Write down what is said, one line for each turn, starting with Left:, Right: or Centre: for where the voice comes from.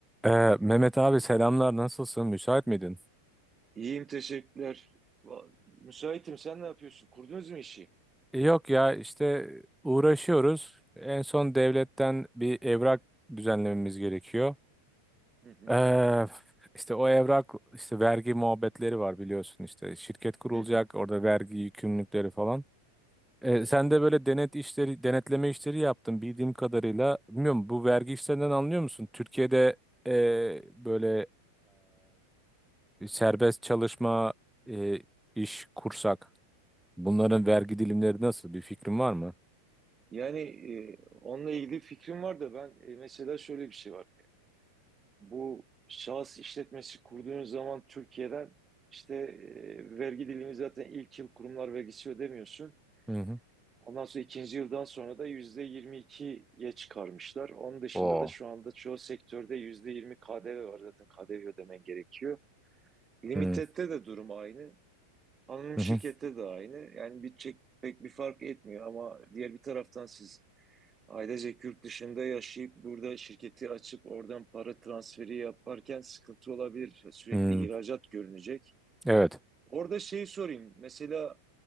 Centre: Ee, Mehmet abi selamlar nasılsın müsait miydin?
Right: İyiyim teşekkürler. Va- Müsaitim sen ne yapıyorsun? Kurdunuz mu işi?
Centre: E, Yok ya işte uğraşıyoruz. En son devletten bir evrak düzenlememiz gerekiyor.
Right: Hı hı,
Centre: Ee, işte o evrak işte vergi muhabbetleri var biliyorsun işte şirket kurulacak
Right: hı hı.
Centre: orada vergi yükümlülükleri falan. Ee, sen de böyle denet işleri denetleme işleri yaptın bildiğim kadarıyla. Bilmiyorum bu vergi işlerinden anlıyor musun? Türkiye'de e, böyle e, serbest çalışma e, iş kursak. Bunların vergi dilimleri nasıl? Bir fikrin var mı?
Right: Yani e, onunla ilgili fikrim var da ben e, mesela şöyle bir şey var. Bu şahıs işletmesi kurduğunuz zaman Türkiye'den işte e, vergi dilimi zaten ilk yıl kurumlar vergisi ödemiyorsun.
Centre: Hı hı.
Right: Ondan sonra ikinci yıldan sonra da yüzde yirmi ikiye çıkarmışlar. Onun dışında
Centre: Oo.
Right: da şu anda çoğu sektörde yüzde 20 KDV var zaten KDV ödemen gerekiyor. Limitette
Centre: Hı
Right: de durum aynı. Anonim
Centre: hı.
Right: şirkette
Centre: hı.
Right: de aynı. Yani bitecek pek bir fark etmiyor ama diğer bir taraftan siz ailecek yurt dışında yaşayıp burada şirketi açıp oradan para transferi yaparken sıkıntı olabilir. Sürekli
Centre: Hı.
Right: ihracat görünecek.
Centre: Evet.
Right: Orada şeyi sorayım. Mesela